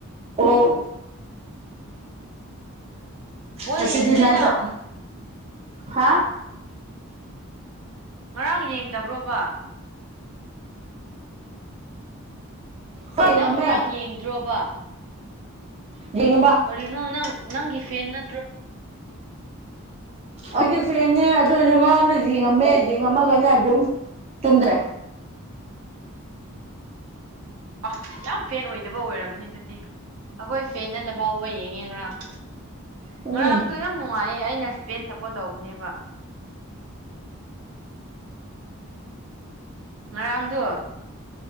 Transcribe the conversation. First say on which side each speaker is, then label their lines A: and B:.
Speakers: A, on the right (about 25°); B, on the right (about 75°).
A: ꯑꯣ
B: ꯕꯣꯜ
A: ꯉꯁꯤꯗꯤ
B: ꯌꯦꯡꯗ꯭ꯔꯦ
A: ꯅꯥꯏꯟ
B: ꯅꯪ
A: ꯊꯥꯔ ꯍꯥ
B: ꯉꯔꯥꯡ ꯌꯦꯡꯗꯕ꯭ꯔꯣꯕ
A: ꯌꯦꯡꯉꯝꯃꯦ
B: ꯅꯪ ꯉꯔꯥꯡ ꯌꯦꯡꯗ꯭ꯔꯣꯕ
A: ꯌꯦꯡꯉꯝꯕ
B: ꯀꯔꯤꯅꯣ ꯅꯪ ꯅꯪꯒꯤ ꯐꯦꯟ ꯅ
A: ꯑꯩꯒꯤ ꯐ꯭ꯔꯦꯅꯦ ꯑꯗꯨꯑꯣꯏꯖꯨ ꯉꯔꯥꯡꯗꯣ ꯌꯦꯡꯉꯝꯃꯦ ꯌꯦꯡꯉꯝꯃꯒꯅꯦ ꯑꯗꯨꯝ ꯇꯨꯝꯒ꯭ꯔꯦ
B: ꯑ ꯌꯥꯝ ꯐꯦꯟ ꯑꯣꯏꯗꯕ ꯑꯣꯏꯔꯝꯅꯤ ꯑꯗꯨꯗꯤ ꯑꯈꯣꯏ ꯐꯦꯟꯅꯗ ꯐꯥꯎꯕ ꯌꯦꯡ ꯑꯦ ꯉꯔꯥꯡ
A: ꯎꯝ
B: ꯉꯔꯥꯡꯗꯣ ꯌꯥꯝ ꯅꯨꯡꯉꯥꯏꯌꯦ ꯑꯩꯅ ꯁ꯭ꯄꯦꯟ ꯁꯞꯄꯣꯔꯠ ꯇꯧꯕꯅꯦꯕ ꯉꯔꯥꯡꯗꯣ